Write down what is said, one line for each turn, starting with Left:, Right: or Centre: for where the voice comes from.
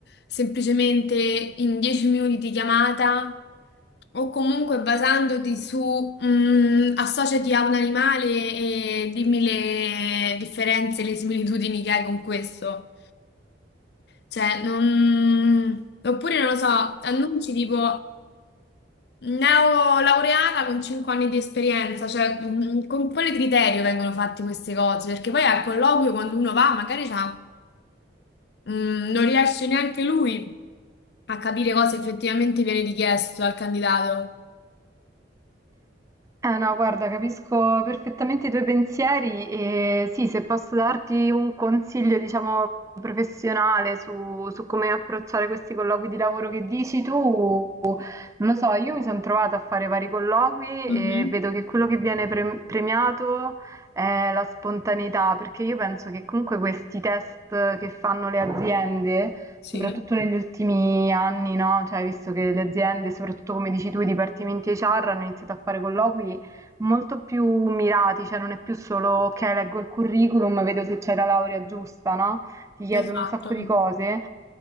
Left: semplicemente in 10 minuti di chiamata o comunque basandoti su mm, associati a un animale e dimmi le differenze, le similitudini che hai con questo. Cioè, non... Oppure, non lo so, annunci tipo neolaureata con 5 anni di esperienza, cioè mm, con quale criterio vengono fatte queste cose? Perché poi al colloquio quando uno va magari c'ha Mm, non riesce neanche lui a capire cosa effettivamente viene richiesto al candidato.
Right: Eh no, guarda, capisco perfettamente i tuoi pensieri e sì, se posso darti un consiglio, diciamo, professionale su, su come approcciare questi colloqui di lavoro che dici tu, Non lo so, io mi sono trovata a fare vari colloqui
Left: Mhm,
Right: e vedo che quello che viene pre- premiato è la spontaneità, perché io penso che comunque questi test che fanno le aziende,
Left: Sì,
Right: soprattutto negli ultimi anni, no? Cioè, visto che le aziende, soprattutto come dici tu, i dipartimenti HR hanno iniziato a fare colloqui molto più mirati, cioè non è più solo ok, leggo il curriculum, vedo se c'è la laurea giusta, no? ti chiedono
Left: Esatto.
Right: un sacco di cose,